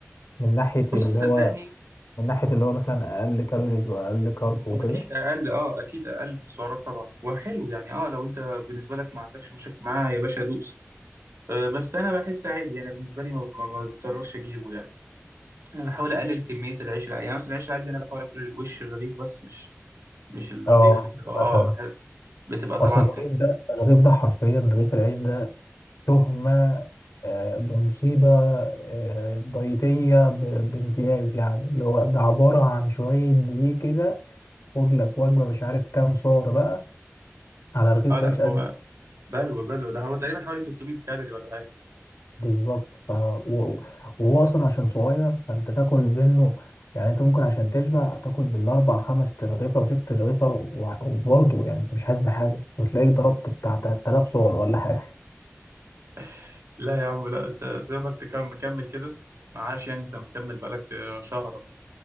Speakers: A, on the left; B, on the right.
A: من ناحية
B: بصي
A: اللي
B: صدقني
A: هو من ناحية اللي هو مثلا أقل كالوريز وأقل كارب وكده
B: واكيد اقل اه اكيد اقل في السعرات طبعا وحلو يعني اه لو انت بالنسبة لك ما عندكش مشاكل معاه يا باشا دوس آه بس انا بحس عادي انا بالنسبة لي ما ما- ما بضطرش اجيبه يعني انا بحاول اقلل كمية العيش العادي يعني مثلا العيش العادي انا بحاول اكل الوش الرغيف بس مش مش الرغيف
A: اه
B: اللي- اه
A: مثلا
B: بحب- بتبقى طبعا
A: اصل الرغيف
B: إيه.
A: ده الرغيف ده حرفيا رغيف العيش ده تهمة آه، بمصيبة آه، ضيتية ب- بامتياز يعني اللي هو ده عبارة عن شوية دقيق كده خد لك وجبة مش عارف كام سعر بقى على رغيف
B: اه لا
A: عيش قد
B: هو بلوى بلوى ده هو تقريبا حوالي 300 كالوري ولا حاجة
A: بالظبط ف... و- وهو أصلا عشان صغير فأنت تاكل منه يعني أنت ممكن عشان تشبع تاكل بالأربع خمس ترغيفة وست ترغيفة و- وبرضه يعني أنت مش حاسس بحاجة وتلاقيك ضربت بتاع 3000 سعر ولا حاجة
B: <laughs> لا يا عم لا انت زي ما انت كم- مكمل كده معاش يعني انت مكمل بقالك آه، شهر اهو